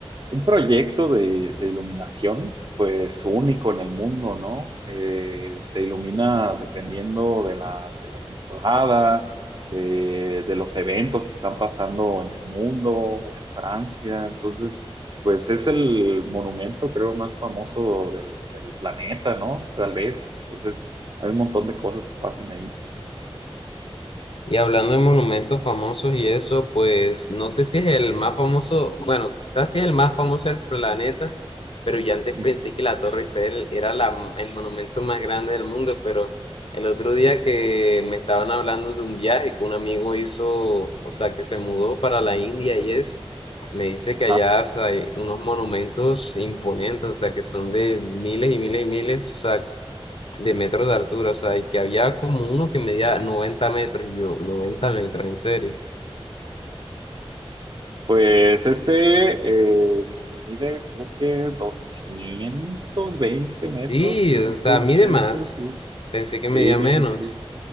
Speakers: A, on the right; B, on the left.
A: un proyecto de, de iluminación pues único en el mundo, ¿no? Eh, se ilumina dependiendo de la, de la temporada, de, de los eventos que están pasando en el mundo, o en Francia, entonces pues es el monumento creo más famoso del, del planeta, ¿no? Tal vez, entonces hay un montón de cosas que pasan ahí.
B: Y hablando de monumentos famosos y eso, pues no sé si es el más famoso, bueno, quizás sí es el más famoso del planeta, pero yo antes
A: Ujú.
B: pensé que la Torre Eiffel era la, el monumento más grande del mundo, pero el otro día que me estaban hablando de un viaje que un amigo hizo, o sea, que se mudó para la India y eso, me dice
A: Ajá.
B: que allá, o sea, hay unos monumentos imponentes, o sea, que son de miles y miles y miles, o sea de metros de altura, o sea, y que había como uno que medía 90 metros, y yo, 90 metros, en serio.
A: Pues este eh, mide creo que 220 metros,
B: Sí,
A: ciento
B: o sea,
A: ochenta
B: mide más,
A: sí.
B: pensé que medía
A: Sí,
B: menos.
A: sí, sí.